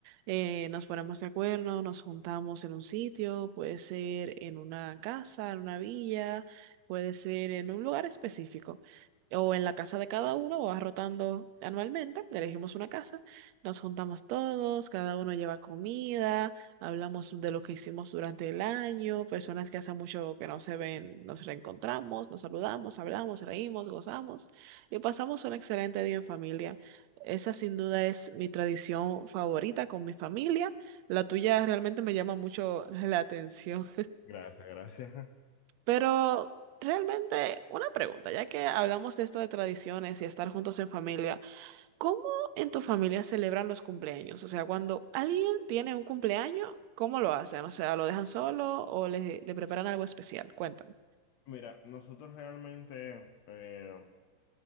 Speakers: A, on the right; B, on the left.
A: eh, nos ponemos de acuerdo, nos juntamos en un sitio, puede ser en una casa, en una villa, puede ser en un lugar específico. o en la casa de cada uno, o va rotando anualmente, elegimos una casa nos juntamos todos, cada uno lleva comida, hablamos de lo que hicimos durante el año, personas que hace mucho que no se ven, nos reencontramos, nos saludamos, hablamos, reímos, gozamos y pasamos un excelente día en familia. Esa sin duda es mi tradición favorita con mi familia. La tuya realmente me llama mucho <laughs> la atención.
B: Gracias, gracias.
A: Pero realmente una pregunta, ya que hablamos de esto de tradiciones y estar juntos en familia. ¿Cómo en tu familia celebran los cumpleaños? O sea, cuando alguien tiene un cumpleaños, ¿cómo lo hacen? O sea, ¿lo dejan solo o le, le preparan algo especial? Cuéntame.
B: <laughs> Mira, nosotros realmente, eh,